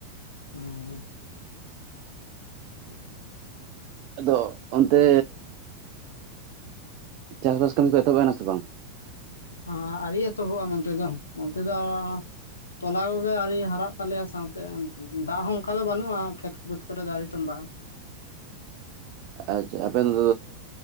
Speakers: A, on the left; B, on the right.
A: ᱚ ᱦᱮᱸ <inaudible>
B: ᱟᱫᱚ ᱚᱱᱛᱮ ᱪᱟᱥᱵᱟᱥ ᱠᱟᱹᱢᱤ ᱠᱚ ᱮᱛᱚᱵᱱᱟ ᱥᱮ ᱵᱟᱝ?
A: ᱟᱹ ᱟᱹᱣᱨᱤ ᱮᱛᱚᱵᱚᱜᱼᱟ ᱱᱚᱱᱛᱮ ᱫᱚ ᱚᱱᱛᱮ ᱫᱚ? ᱛᱚᱞᱟ ᱠᱚᱜᱮ ᱟᱣᱨᱤ ᱦᱟᱨᱟᱜ ᱛᱟᱞᱮᱭᱟ ᱫᱟᱜ ᱦᱚᱸ ᱚᱱᱠᱟ ᱫᱚ ᱵᱟᱹᱱᱩᱜᱼᱟ ᱠᱷᱮᱛ ᱵᱟᱹᱛ ᱠᱚᱨᱮ ᱫᱚᱜ ᱟᱣᱨᱤ ᱛᱚᱸᱵᱟᱜᱼᱟ
B: ᱟᱪᱪᱷᱟ ᱟᱯᱮ ᱫᱚ